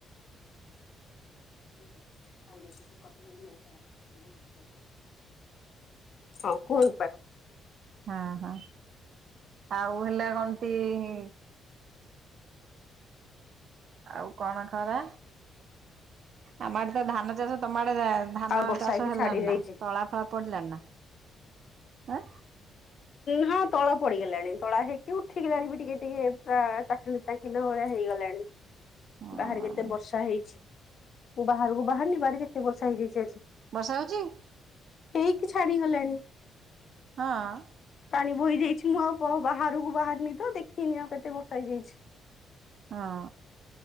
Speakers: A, on the left; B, on the right.
A: <inaudible> ହଉ କୁହନ୍ତୁ ପା
B: ହଁ ହଁ ଆଉ ହେଲା କଣତି-ଇ-ଇ-ଇ-ଇ ଆଉ କଣ ଖରା ଆମ ଆଡେ ତ ଧାନ ଚାଷ ତମ ଆଡେ ଆ ଧାନ
A: ଆଉ ବର୍ଷା
B: ଚାଷ
A: ହେଇକି
B: ହେଲାଣି
A: ଛାଡି ଯାଇଛି।
B: ନା ତଳା ଫଳା ପଡିଲାଣିି ନାଁ ଅ?
A: ହଁ ତଳା ପଡିଗଲାଣି ତଳା ହେଇକି ଉଠିଗଲାଣି ବି ଟିକେ ଟିକେ ପୁରା ଚାକ ଖେଣ୍ଡେ ଭଳିଆ ହେଇଗଲାଣି।
B: ହଁ
A: ବାହାରେ କେତେ ବର୍ଷା ହେଇଛି। ମୁଁ ବାହାରକୁ ବାହାରିନି ବାହାରେ କେତେ ବର୍ଷା ହେଇଯାଇଛି ଆଜି।
B: ବର୍ଷା ହେଉଛି?
A: ହେଇକି ଛାଡିଗଲାଣି।
B: ହଁ-ଅ-ଅ,
A: ପାଣି ବୋହି ଯାଇଛି ମୁଁ ଆଉ ପ ବାହାରକୁ ବାହାରନି ତ ଦେଖିନି ଆଉ କେତେ ବର୍ଷା ହେଇଯାଇଛି।
B: ହଁ,